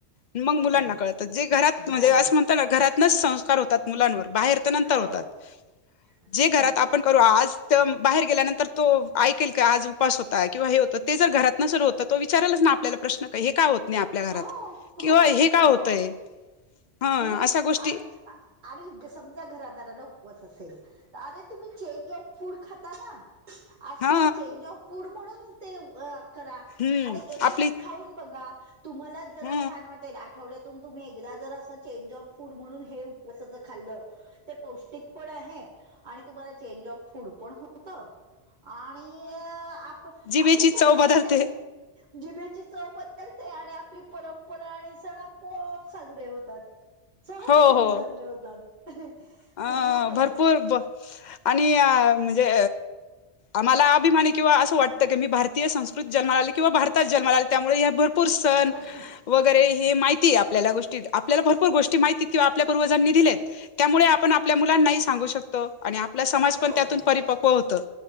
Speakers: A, on the left (about 45°); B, on the right (about 40°).
A: मग
B: हम्म
A: मुलांना कळत जे घरात
B: हा
A: म्हणजे असं म्हणतो ना घरातनच संस्कार होतात मुलांवर बाहेर तर नंतर
B: हो
A: होतात,
B: हम्म
A: जे घरात आपण करू आज त बाहेर गेल्यानंतर तो ऐकेल का आज उपास हो किंवा हे होतं ते जर घरातन सुरू होत तो विचारालाच ना आपल्याला प्रश्न हे का हो नी आपल्या घरात,
B: हो हो
A: किंवा हे का
B: हो
A: होतय? ह
B: नाही
A: अशा गोष्टी
B: आणि आ आणि समजा घरादाराला उपवास असेल, अरे तुम्ही चेंज ऑफ फूड खाता ना आज
A: हा
B: तुम्ही चेंज ऑफ फूड म्हणून ते करा,
A: हम्म
B: आणि एक दिवस
A: आपली
B: खाऊन बघा, तुम्हाला जरा
A: ह
B: छान वाटेल. आठवड्यातून तुम्ही एकदा जर असं चेंज ऑफ फूड म्हणून हे उपसाचं खाल्लं ते पौष्टिक पण आहे आणि तुम्हाला चेंज ऑफ फूड पण होतं. आणि आप,
A: जिभेची
B: आपली परंपरा
A: चव बदलते
B: त्याच्यात जिभेची चव बदलते आणि आपली परंपरा आणि सण आपोआप साजरे होतात. सहजतेने
A: हो हो
B: साजरे होतात,
A: अ
B: कुठल्या पद्ध
A: भरपूर ब, आणि म्हणजे, आम्हाला अभिमान किंवा असं वाटतं की मी भारतीय संस्कृत जन्माला आली किंवा भारतात जन्माला आली त्यामुळे या भर पूर सन,
B: प्रश्न
A: वगैरे हे माहिती आपल्या गोष्टी आपल्याला भरपूर गोष्टी माहिती किंवा आपल्या पूर्वजांनी दिलेत, त्यामुळे आपण आपल्या मुलांना ही सांगू शकतो. आणि आपला समाज
B: हो
A: पण त्यातून परिपक्व होतं.